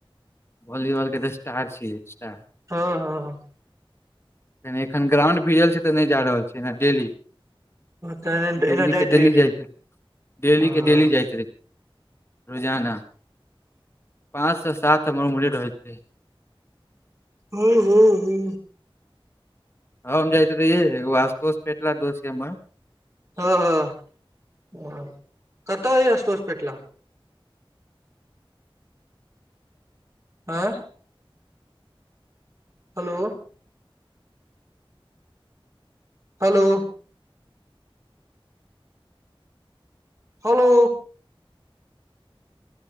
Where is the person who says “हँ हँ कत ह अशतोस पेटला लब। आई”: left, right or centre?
Right